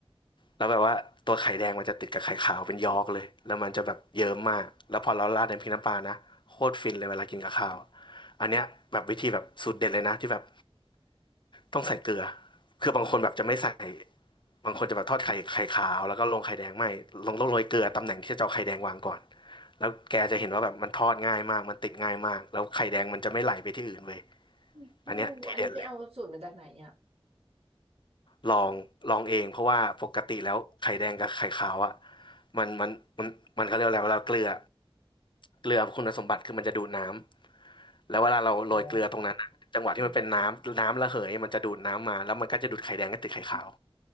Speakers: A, on the left; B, on the right.
A: แล้วแบบว่าตัวไข่แดงมันจะติดกับไข่ขาวเป็นยอกเลยแล้วมันจะแบบเยิ้มมากแล้วพอเราราดใน้ำพริกน้ำปลานะโคตรฟินเลยเวลากินกับข้าวอันเนี้ยแบบวิธีแบบสูตรเด็ดเลยนะที่แบบต้องใส่เกลือคือบางคนแบบจะไม่ใส่บางคนจะแบบทอดไข่ไข่ขาวแล้วก็ลงไข่แดงไม่ลงต้องโรยเกลือตำแหน่งที่จะเอาไข่แดงวางก่อนแล้วแกจะเห็นว่าแบบมันทอดง่ายมากมันติดง่ายมากแล้วไข่แดงมันจะไม่ไหลไปที่อื่นเว้ย
B: ไม่รู้อันนี้ไปเอาสูตรมาจากไหนอ่ะ
A: อันเนี้ยทีเด็ดเลย ลองลองเองเพราะว่าปกติแล้วไข่แดงกับไข่ขาวอ่ะมันมันมันมันเขาเรียกอะไรเวลาเกลือเกลือคุณสมบัติคือมันจะดูดน้ำแล้วเวลาเราโรยเกลือตรงนั้นอะจังหวะที่มันเป็นน้ำน้ำระเหยมันจะดูดน้ำมาแล้วมันก็จะดูดไข่แดงกบติดไข่ขาว
B: อ๋อ